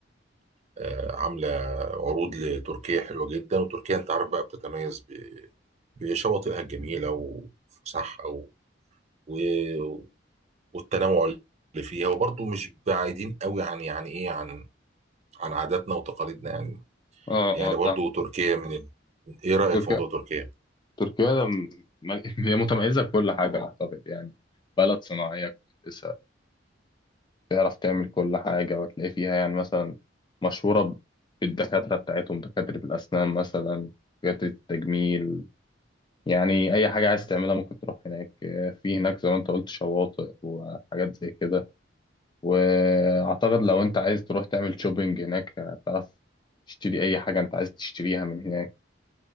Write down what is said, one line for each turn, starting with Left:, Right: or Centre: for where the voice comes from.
Right: آه، عاملة عروض لتركيا حلوة جدا وتركيا انت عارف بقى بتتميز بشواطئها الجميلة وفسحها و... و... والتنوع اللي فيها وبرضه مش بعيدين قوي عن يعني ايه عن عن عاداتنا وتقاليدنا يعني
Left: اه
Right: يعني
Left: اه
Right: برضه
Left: فاهم
Right: تركيا من ال... ايه رأيك
Left: تركيا
Right: في موضوع تركيا؟
Left: تركيا ده م- <laughs> هي متميزه في كل حاجه اعتقد يعني بلد صناعيه كويسه تعرف تعمل كل حاجة وتلاقي فيها يعني مثلا مشهورة ب- بالدكاترة بتاعتهم دكاترة الأسنان مثلا دكاترة التجميل يعني أي حاجة عايز تعملها ممكن تروح هناك في هناك زي ما أنت قلت شواطئ وحاجات زي كده وأعتقد لو أنت عايز تروح تعمل شوبينج هناك هتعرف تشتري أي حاجة أنت عايز تشتريها من هناك